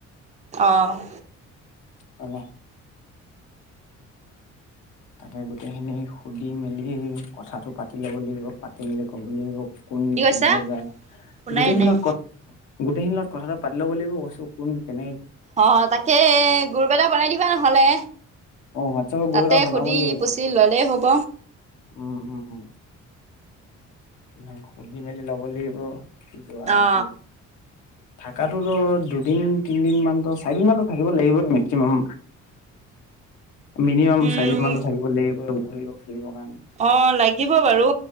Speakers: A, on the right; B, on the left.
A: অঁ।
B: হয় নে? তাকে গোটেইখিনি সুধি মেলি কথাটো পাতি ল'ব লাগিব, পাতি মেলি ক'ব লাগিব। কোন
A: কি কৈছা
B: কেনেকে যায়
A: শুনাই
B: গোটেইখিন
A: নাই
B: লগত ক গোটেইখিনি লগত কথাটো পাতি লব লিব কৈছো কোন কেনে
A: অ তাকে গ্ৰুপ এটা বনাই দিবা নহলে।
B: অ হোৱাটছএপৰ
A: তাতে
B: গ্ৰুপ এটা বনাব
A: সুধি
B: লাগিব,
A: পুচি ল'লেই হ'ব
B: উম উম। ন সুধি মেলি লব লাগিব। যোৱাটো।
A: অ
B: থাকা টো ত দুদিন তিনদিন মান টো চাৰিদিন মানত থাকিব লাগিবই মেক্সিমাম। মিনিমাম
A: উম
B: চাৰিদিন মানত থাকিব লাগিব ঘৰিব ফুৰিবৰ কাৰণে।
A: অ লাগিব বাৰু